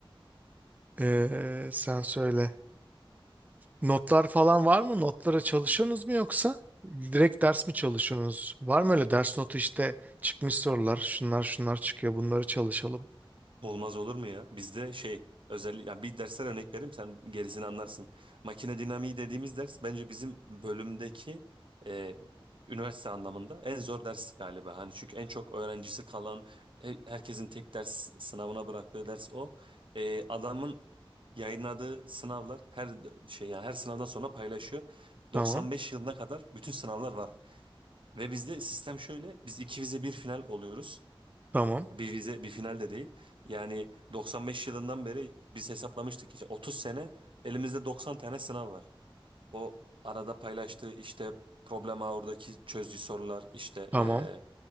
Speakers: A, on the right; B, on the right.
A: e, sen söyle. Notlar falan var mı? Notlara çalışıyorsunuz mu yoksa? Direkt ders mi çalışıyorsunuz? Var mı öyle ders notu işte çıkmış sorular şunlar şunlar çıkıyor bunları çalışalım.
B: Olmaz olur mu ya? Bizde şey özellikle yani bir dersler örnek vereyim sen gerisini anlarsın. Makine dinamiği dediğimiz ders bence bizim bölümdeki e, üniversite anlamında en zor ders galiba. Hani çünkü en çok öğrencisi kalan he- herkesin tek ders sınavına bıraktığı ders o. E, adamın yayınladığı sınavlar her şey yani her sınavdan sonra paylaşıyor.
A: Tamam
B: 95 yılına kadar bütün sınavlar var. Ve bizde sistem şöyle. Biz iki vize bir final oluyoruz.
A: tamam
B: Bir vize, bir final de değil. Yani 95 yılından beri biz hesaplamıştık işte 30 sene elimizde 90 tane sınav var. O arada paylaştığı işte problem ağırdaki çözdüğü sorular işte
A: tamam.
B: eee,